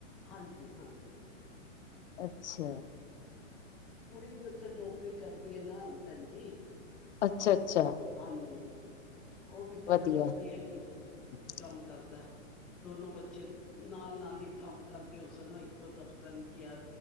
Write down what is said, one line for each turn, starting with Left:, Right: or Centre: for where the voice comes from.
Centre: ਹਾਂਜੀ ਓ ਹਾਂਜੀ।
Left: ਅੱਛੇਆ।
Centre: ਕੁੜੀ ਵੀ ਉਥੇ ਨੌਕਰੀ ਕਰਦੀ ਏ ਨਾ ਭੈਣ ਜੀ।
Left: ਅੱਛਾ ਅੱਛਾ।
Centre: ਹਾਂਜੀ। ਉਹ ਵੀ ਕੰਮ
Left: ਵਧੀਆ,
Centre: ਕਰਦੀ ਹੈਗੀ।
Left: <unintelligible>
Centre: ਕੰਮ ਕਰਦਾ ਐ ਦੋਨੋ ਬੱਚੇ ਨਾਲ ਨਾਲ ਈ ਕੰਮ ਕਰਦੇ ਹੋ ਸਨ ਇੱਕੋ ਦਫ਼ਤਰ ਵਿੱਚ ਐ